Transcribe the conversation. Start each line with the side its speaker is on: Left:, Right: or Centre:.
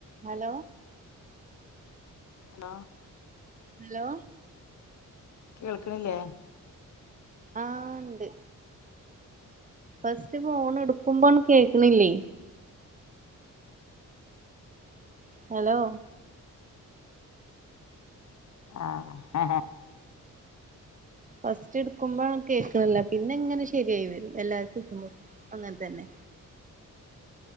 Right: Hello
Left: hello
Right: hello
Left: കേൾക്ണില്ലേ
Right: ആ ഉണ്ട് ഫസ്റ്റ് ഫോൺ എടുക്കുമ്പോ കേക്ണില്ലേ ഹലോ
Left: ആ ഹെ ഹെ
Right: ഫസ്റ്റ് എടുക്കുമ്പോ കേക്ക്ണില്ല പിന്നെ ഇങ്ങനെ ശെരിയായി വരും എല്ലാർക്കും വിളിക്കുമ്പോ അങ്ങനെ തന്നെ